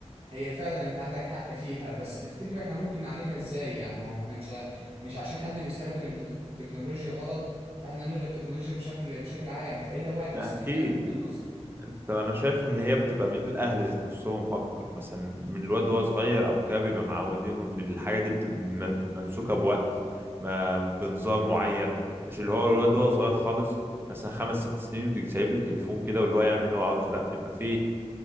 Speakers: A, on the right (about 55°); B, on the right (about 20°).
A: هي فعلا انت عندك حق فيها بس تفتكر احنا ممكن نعالجها ازاي يعني ما هو احنا مش ه- مش عشان حد بيستخدم التك- التكنولوجيا غلط فاحنا نلغي التكنولوجيا بشكل بشكل عام فايه دواعي الاستعمال
B: ما اكيد
A: من وجهة نظرك
B: انت انا شايف ان هي بتبقى من الاهل ذات نفسهم اكتر مثلا من الواد وهو صغير او كده بيبقى معودينه ان الحاجه دي بتبقى م- ممسوكه بوقت ما بنظام معين مش اللي هو الواد وهو صغير خالص مثلا خمس ست سنين وتيجي سايب له التليفون كده واللي هو يعمل اللي هو عاوزه لا بيبقى في